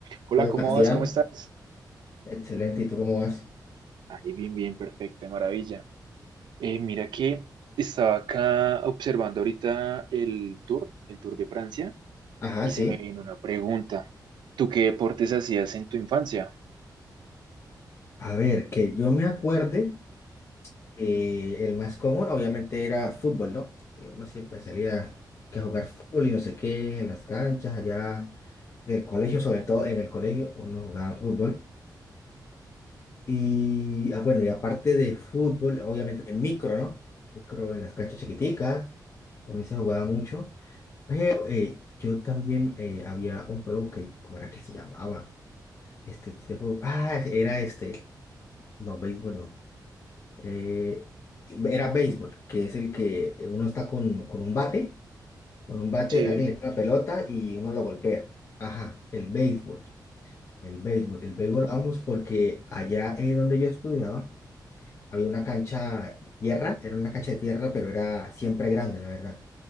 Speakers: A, on the right; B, on the left.
A: Hola,
B: Hola,
A: ¿cómo
B: Sebastián.
A: vas? ¿Cómo estás?
B: Excelente. ¿Y tú cómo vas?
A: Ahí bien, bien, perfecto, de maravilla. Eh, mira que estaba acá observando ahorita el Tour, el Tour de Francia,
B: Ajá,
A: y
B: sí.
A: se me vino una pregunta. ¿Tú qué deportes hacías en tu infancia?
B: A ver, que yo me acuerde, eh, el más común obviamente era fútbol, ¿no? Eh, Uno siempre salía que a jugar fútbol y no sé qué, en las canchas allá del colegio, sobre todo en el colegio, uno jugaba fútbol. Y, ah, bueno, y aparte de fútbol, obviamente en micro, ¿no? Micro en las canchas chiquiticas, también se jugaba mucho. Pero, eh, yo también eh, había un juego que, ¿cómo era que se llamaba? Este, este juego. Ah, era este. No, béisbol no. Eh, era béisbol, que es el que uno está con, con un bate. Con un bate,
A: Che,
B: alguien le tira la pelota y uno lo golpea. Ajá, el béisbol. El béisbol. El béisbol, vamos, porque allá es donde yo estudiaba. Había una cancha de tierra, era una cancha de tierra, pero era siempre grande, la verdad.